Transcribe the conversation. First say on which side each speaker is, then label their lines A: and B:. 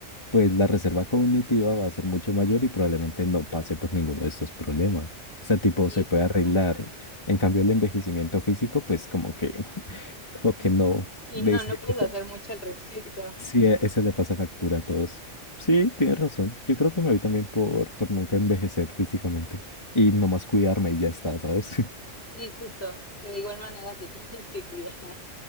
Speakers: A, on the left; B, on the left.
A: pues la reserva cognitiva va a ser mucho mayor y probablemente no pase por ninguno de estos problemas. O sea, tipo,
B: Sí,
A: se puede
B: justo.
A: arreglar. En cambio, el envejecimiento físico, pues como que, <laughs> como que no.
B: Sí,
A: De
B: no,
A: ese,
B: no puedes
A: ese-
B: hacer mucho al respecto.
A: sí, e- ese le pasa factura a todos. Sí, tienes razón. Yo creo que me voy también por, por nunca envejecer físicamente y nomás cuidarme y ya está, ¿sabes? <laughs>
B: Sí, justo, que de igual manera te <laughs> tienes que cuidar,